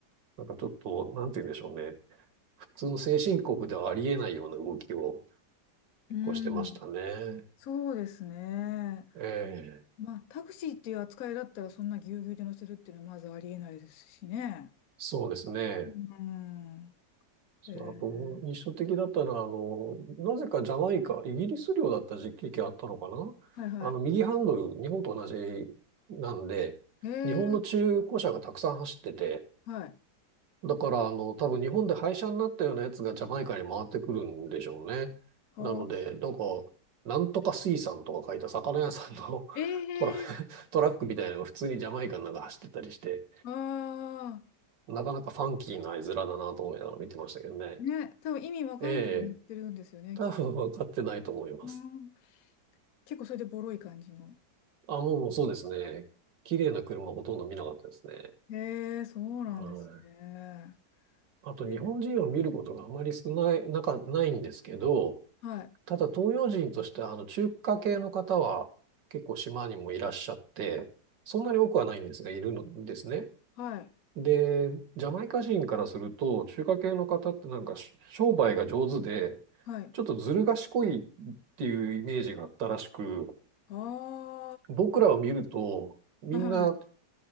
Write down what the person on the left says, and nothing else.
うん。そうですね。
まあ、タクシーっていう扱いだったら、そんなぎゅうぎゅうで乗せるっていうのはまずありえないですしね。
うん。
えー、
はいは
い。えー、
はい。あ
あ。
ええ
ー、ああ。
ね、多分意味わかんなくなってるんですよね。
きうん。結構それでボロい感じの。
へえ、そうなんですね。
で、
はい。
はい。
はい。
あ
あ、はい。